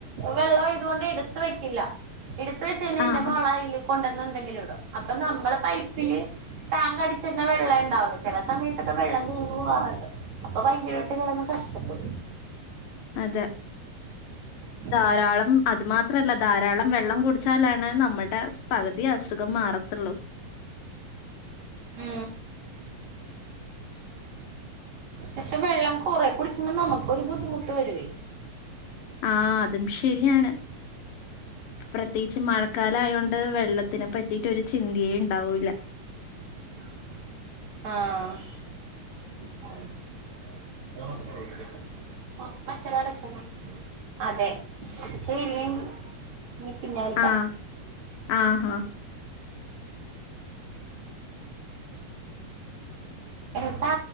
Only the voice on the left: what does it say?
ആഹ്
ആഹ്
അതെ
ധാരാളം അത് മാത്രല്ല ധാരാളം വെള്ളം കുടിച്ചാലാണ് നമ്മടെ പകുതി അസുഖം മാറത്തുള്ളൂ.
ആ അതും ശരിയാണ്. പ്രത്യേകിച്ച് മഴക്കാലായോണ്ട് വെള്ളത്തിനെ പറ്റിയിട്ട് ഒരു ചിന്തേയേ ണ്ടാവൂല്ല.
ആഹ് ആഹാ